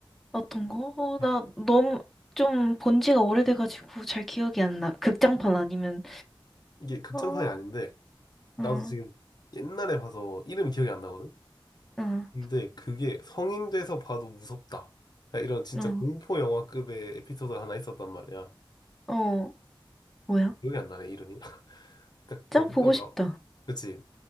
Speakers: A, in the centre; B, on the left (about 50°).
A: 어떤 거? 어,
B: 아,
A: 나 너무 좀 본 지가 오래돼가지고 잘 기억이 안 나. 극장판 아니면,
B: 이게 극장판이
A: 어,
B: 아닌데 나도
A: 어,
B: 지금 옛날에 봐서 이름이 기억이 안 나거든.
A: 어,
B: 근데 그게 성인 돼서 봐도 무섭다. 야, 이런 진짜
A: 어,
B: 공포 영화급의 에피소드가 하나 있었단 말이야.
A: 어, 뭐야?
B: 기억이 안 나네 이름이. <laughs> 딱
A: 짱
B: 검색하면
A: 보고 싶다.
B: 나. 그치?